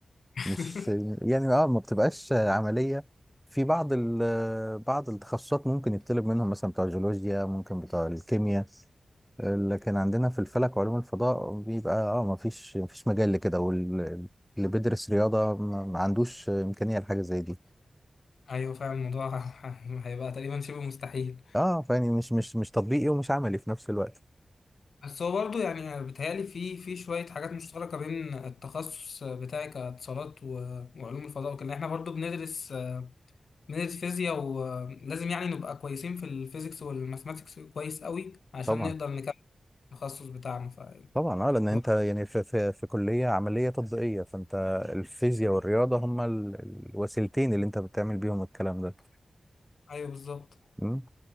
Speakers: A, on the left; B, in the centre.
A: <laughs>
B: مش يعني اه ما بتبقاش عملية في بعض ال بعض التخصصات ممكن يطلب منهم مثلا بتوع الجيولوجيا ممكن بتوع الكيمياء لكن عندنا في الفلك وعلوم الفضاء بيبقى اه ما فيش ما فيش مجال لكده واللي بيدرس رياضة ما ما عندوش إمكانية لحاجة زي دي
A: ايوه فعلا الموضوع <laughs> هيبقى تقريبا شبه مستحيل
B: اه فيعني مش مش مش تطبيقي ومش عملي في نفس الوقت
A: بس هو برضه يعني بيتهيألي في في شوية حاجات مشتركة بين التخصص بتاعي كاتصالات و- وعلوم الفضاء وكده احنا برضه بندرس بندرس فيزياء ولازم يعني نبقى كويسين في الفيزيكس والماثماتكس كويس قوي عشان
B: طبعا
A: نقدر نكمل التخصص بتاعنا ف
B: طبعا اه لان انت
A: هو-
B: يعني في في في كليه عمليه تطبيقيه فانت الفيزياء والرياضه هما ال- الوسيلتين اللي انت بتعمل بيهم الكلام ده
A: ايوه بالظبط
B: مم.